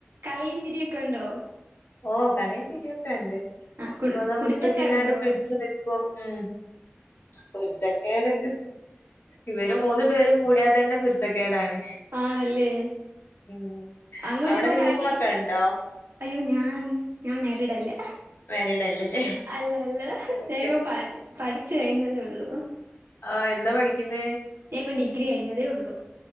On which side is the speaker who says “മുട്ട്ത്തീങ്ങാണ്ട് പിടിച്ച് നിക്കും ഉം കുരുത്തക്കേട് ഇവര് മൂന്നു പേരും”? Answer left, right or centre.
Left